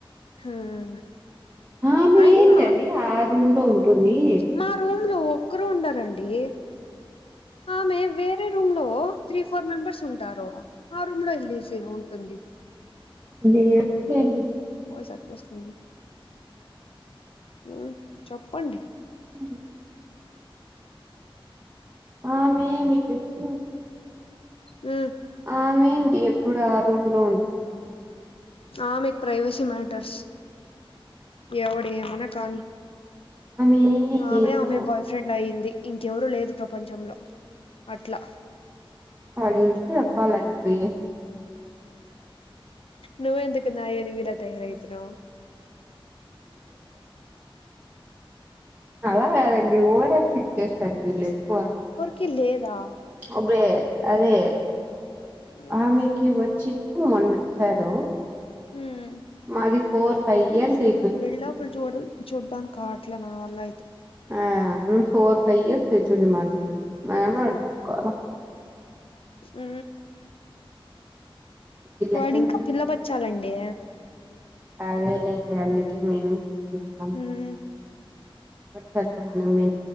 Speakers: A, on the left; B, on the right.
A: మ్మ్
B: ఆమె
A: అయిమ్మ
B: ఏంటండి ఆ రూమ్ లో ఉంటుంది
A: మా రూమ్లో ఒక్కరు ఉండరండి ఆమె వేరే రూమ్లో త్రీ ఫోర్ మెంబర్స్ ఉంటారు ఆ రుమ్లో ఎళ్ళేసి ఉంటుంది
B: లేద్ లేండి
A: వాయిస్ ఎట్లా వస్తుంది మ్ చెప్పండి
B: మ్ ఆ మేమే బెస్టి వుంద
A: ఉమ్
B: ఆమేంటి ఎప్పుడు ఆ రూమ్లో ఉన్
A: ఆ మీకు ప్రైవసీ మ్యాటర్స్ ఎవడేమనా కానీ
B: ఆమె
A: ఆమె
B: ఏదో
A: ఆమె బాయ్ ఫ్రెండ్ అయింది ఇంకెవరు లేదు ప్రపంచంలో అట్లా
B: ఆలి చెప్పాలని పి
A: నువ్వ ఎందుకు నా ఎనిమిలా తయారైతున్నవ్
B: అలా కాదండి ఓవర్ యాక్టింగ్ చేస్తారు వీళ్ళు ఎక్కువ అని
A: కిలేదా
B: అబే అదే
A: ఉమ్
B: ఆమెకి వచ్చింది మొన్నచ్చారు
A: హ్మ్
B: మాది ఫోర్ ఫైవ్ ఇయర్స్ది
A: బిల్డప్పులు చూడ చూడ్డానికి కాట్లే నావల్ల ఆయితు
B: హా ఫోర్ ఫైవ్ ఇయర్స్ తెచ్చింది మాది మేమే ఆడుకోవాలా
A: అ
B: వీళ్ళకే
A: వాడింక
B: ఉంది
A: పిల్ల బచ్చాలండి
B: అదే లేండి అందుకే మేము సైలెంటున్నాం
A: ఉమ్
B: తర్వాత మనమే